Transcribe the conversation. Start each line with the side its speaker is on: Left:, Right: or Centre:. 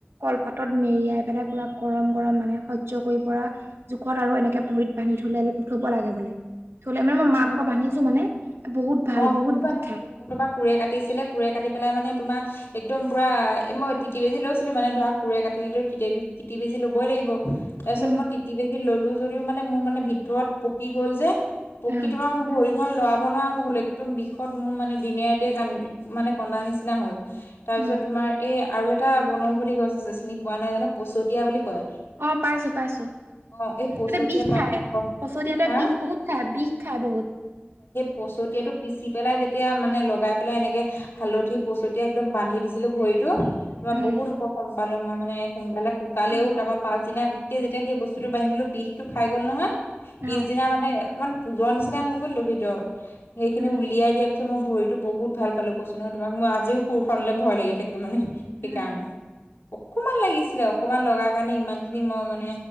Right: কলপাতত মেৰিয়াই পেলাই পুৰা গৰম গৰম মানে সহ্য কৰি পৰা জোখত আৰু এনেকে ভৰিত বান্ধি থলে থব লাগে বোলে থ'লে মানে মই মা ভাগৰ
Left: হয়।
Right: বান্ধিছো মানে বহুত ভাল
Left: অ
Right: বহুত
Left: মোৰো
Right: বিষ
Left: বান্ধিছিলো।
Right: খাই
Left: মোৰ তোমাৰ কোৰে কাটিছিলে কোৰে কাটি পেলাই মানে তোমাৰ একদম পুৰা এ মই তিতি বেজী লৈছিলো মানে ধৰা কোৰে কাটিলেটো তিতি বেজ তিতি বেজি ল'বই লাগিব। তাৰপিছত
Right: উম
Left: মই তিতি বেজি ল'লো যদিও মানে মোৰ মানে ভিতৰত পকি গ'ল যে। পকি
Right: অ
Left: তোমাৰ মোৰ ভৰিখন লৰাব নোৱাৰা হৈ গলোঁ। একদম বিষত মোৰ মানে দিনে ৰাতিয়ে কান্দি মানে কন্দা নিচিনা হ'ল তাৰপিছত
Right: অ
Left: তোমাৰ এই আৰু এটা বনৌষধি গছ আছে চিনি পোৱা নাই জানো পচতীয়া বুলি কয়।
Right: অঁ পাইছোঁ পাইছোঁ।
Left: অ এই পচতীয়া
Right: এতে বিষ
Left: পাতৰ
Right: খায়,
Left: ৰস
Right: পচতীয়াটোৱে
Left: হা
Right: বিষ বহুত খায়, বিষ খায় বহুত।
Left: পচতীয়া টো পিচি পেলাই যেতিয়া মানে লগাই পেলাই এনেকে হালধি পচতীয়া একদম বান্ধি দিছিলোঁ ভৰিটো তোমাৰ
Right: উম,
Left: বহুত উপষম পালোঁ। মই মানে সোনকালে শুকালেও
Right: উম,
Left: তাৰপৰা পাছদিনা তেতিয়া যেতিয়া সেই বস্তুটো বান্ধি দিলোঁ বিষটো খাই গ'ল নহয়
Right: অ
Left: পিছদিনা মানে অকমান পোজৰ নিচিনা হৈ গ'ল তো ভিতৰত, সেইখিনি
Right: উম,
Left: উলিয়াই দিয়া পিছত মই ভৰিটো বহুত ভাল পালোঁ কৈছোঁ নহয় তোমাক মই আজিও কোৰ খনলে ভয় লাগি থাকে। থাকে মানে সেইকাৰণে।
Right: উম।
Left: অকমান লাগিছিলে। অকমান লগাৰ কাৰণে ইমান খিনি মই মানে